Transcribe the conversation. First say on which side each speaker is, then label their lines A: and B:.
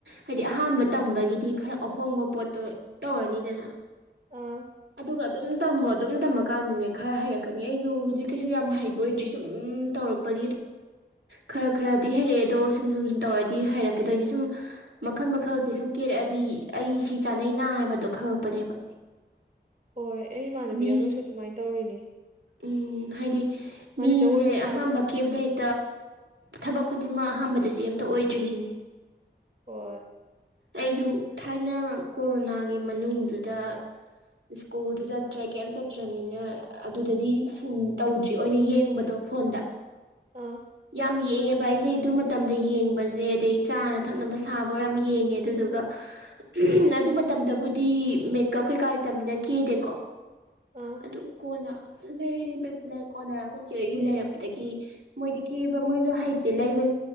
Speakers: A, on the right; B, on the right.
A: ꯍꯥꯏꯗꯤ ꯑꯍꯝꯕ ꯇꯝꯕꯒꯤꯗꯤ ꯈꯔ ꯑꯍꯣꯡꯕ ꯄꯣꯠꯇꯣ ꯇꯧꯔꯅꯤꯗꯅ
B: ꯑ
A: ꯑꯗꯨꯒ ꯑꯗꯨꯝ ꯇꯝꯃꯣ ꯑꯗꯨꯝ ꯇꯝꯃꯀꯥꯟꯗꯅꯦ ꯈꯔ ꯍꯩꯔꯛꯀꯅꯤ ꯑꯩꯁꯨ ꯍꯧꯖꯤꯛꯀꯤꯁꯨ ꯌꯥꯝ ꯍꯩꯕ ꯑꯣꯏꯗ꯭ꯔꯤ ꯁꯨꯝ ꯇꯧꯔꯛꯦ ꯈ ꯈꯔ ꯍꯔꯑꯦ ꯑꯣ ꯁꯨꯝ ꯁꯨꯝ ꯁꯨꯝ ꯇꯧꯔ ꯍꯔꯗꯣꯏ ꯁꯨꯝ ꯃꯈꯜ ꯃꯈꯜꯁꯦ ꯁꯨꯝ ꯀꯦꯔꯛꯑꯗꯤ ꯑꯩ ꯁꯤ ꯆꯥꯅꯩꯩꯅ ꯍꯥꯏꯕꯗꯣ ꯈꯪꯉꯛꯄꯅꯦꯕ
B: ꯍꯣꯏ ꯑꯩ ꯏꯃꯥꯟꯅꯕꯤ
A: ꯃꯤ
B: ꯑꯃꯁꯨ ꯑꯗꯨꯃꯥꯏꯅ ꯇꯧꯔꯤꯅꯦ
A: ꯎꯝ ꯍꯥꯏꯗꯤ
B: ꯃꯥꯗꯤ
A: ꯃꯤꯁꯦ
B: ꯖꯒꯣꯏꯁꯨ ꯁꯥꯕ
A: ꯑꯍꯝꯕ ꯀꯦꯞꯇ ꯍꯦꯛ ꯊꯕꯛ ꯈꯨꯗꯤꯡꯃꯛ ꯑꯍꯥꯟꯕꯗꯗꯤ ꯑꯝꯇ ꯑꯣꯏꯗ꯭ꯔꯤꯁꯤꯅꯦ
B: ꯑꯣ
A: ꯑꯩꯁꯨ ꯊꯥꯏꯅ ꯀꯣꯔꯣꯅꯥꯒꯤ ꯃꯅꯨꯡꯗꯨꯗ ꯁ꯭ꯀꯨꯜꯗꯨ ꯆꯠꯇ꯭ꯔꯦ ꯀꯩꯝ ꯆꯠꯇ꯭ꯔꯕꯅꯤꯅ ꯑꯗꯨꯗꯗꯤ ꯇꯧꯗ꯭ꯔꯤ ꯑꯣꯏꯅ ꯌꯦꯡꯕꯗꯧ ꯎꯐꯣꯟꯗ
B: ꯑꯥ
A: ꯌꯥꯝ ꯌꯦꯡꯉꯦ ꯚ ꯑꯩꯁꯦ ꯑꯗꯨ ꯃꯇꯝꯗ ꯌꯦꯡꯕꯁꯦ ꯑꯗꯩ ꯆꯥꯅ ꯊꯛꯅꯕ ꯁꯥꯕ ꯌꯥꯝ ꯌꯦꯡꯉꯦ ꯑꯗꯨꯗꯨꯒ ꯎ ꯑꯗꯨ ꯃꯇꯝꯗꯕꯨꯗꯤ ꯃꯦꯀꯞ ꯀꯩꯀꯥ ꯂꯩꯇꯃꯤꯅ ꯀꯦꯗꯦꯀꯣ
B: ꯑꯥ
A: ꯑꯗꯨ ꯀꯣꯟꯅ ꯂꯩꯔꯤꯕ ꯂꯩ ꯀꯣꯟꯅ ꯑꯩꯈꯣꯏ ꯆꯤꯣꯏꯒꯤ ꯂꯩꯔꯛꯄꯗꯒꯤ ꯃꯣꯏꯗꯤ ꯀꯤꯕ ꯃꯣꯏꯁꯨ ꯍꯩꯇꯦ ꯂꯩꯕ